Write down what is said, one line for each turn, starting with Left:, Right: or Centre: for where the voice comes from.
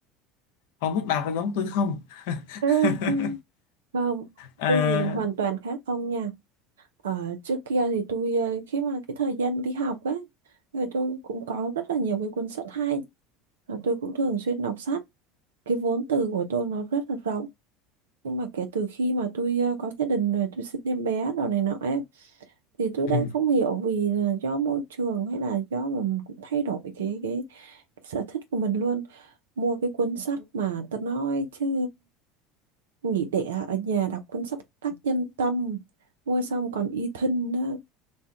Left: không biết bà có giống tôi không
Right: <laughs>
Left: <laughs>
Right: Ừ. không
Left: à,
Right: tôi thì lại hoàn toàn khác ông nha Ờ, trước kia thì tôi ờ, khi mà cái thời gian đi học ấy người tôi cũng có rất là nhiều cái cuốn sách hay và tôi cũng thường xuyên đọc sách cái vốn từ của tôi nó rất là rộng nhưng mà kể từ khi mà tôi ờ, có gia đình rồi tôi sinh em bé đồ này nọ ấy thì tôi đang
Left: ừ.
Right: không hiểu vì là do môi trường hay là do mà mình cũng thay đổi cái cái cái sở thích của mình luôn mua cái cuốn sách mà tao nói chứ nghỉ đẻ ở nhà đọc cuốn sách tác nhân tâm mua xong còn y thân đó